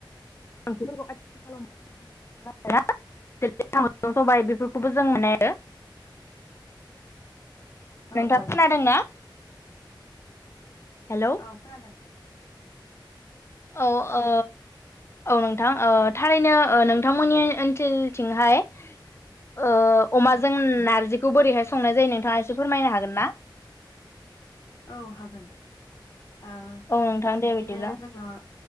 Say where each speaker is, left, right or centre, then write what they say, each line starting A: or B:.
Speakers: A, on the left; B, on the left.
A: ओंखफोरखौ आथि खालाम थांलाा <unintelligible> जेरजों साम'जों सबाय बेफोरखौबो जों माने नोंथाङा
B: औ औ
A: खोनादोंना हेलौ
B: औ खोनादों
A: औ आ औ नोंथां थारैनो नोंथांमोननि ओनसोलथिंहाय ओ अमाजों
B: औ
A: नारजिखौ बोरैहाय संनाय जायो नोंथाङा एसे फोरमायनो हागोन ना?
B: औ हागोन औ
A: नोंथां
B: दा बिदिनो
A: दे बिदिब्ला
B: जोंनो